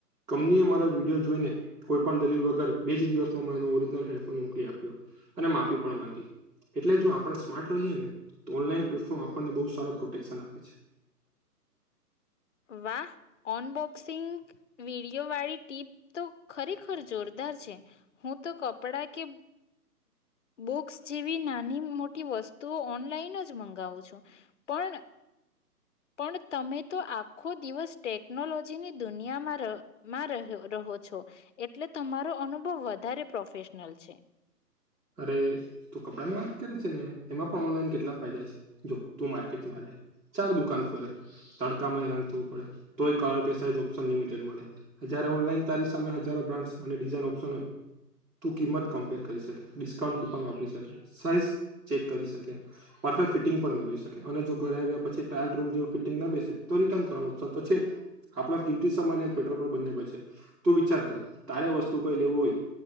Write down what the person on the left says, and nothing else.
વાહ! ઓન બોક ક્સિંગ વિડીયો વાળી ટીપ તો ખરેખર જોરદાર છે. હું તો કપ <unintelligible> કે બુક્સ જેવી નાની મોટી વસ્તુઓ ઓનલાઈન જ મંગાવું છું, પણ પણ તમે તો આખો દિવસ ટેકનોલોજીની દુનિયામાં રહ માં રહ-રહ હો છો, એટલે તમારો અનુભવ વધારે પ્રોફેશનલ છે.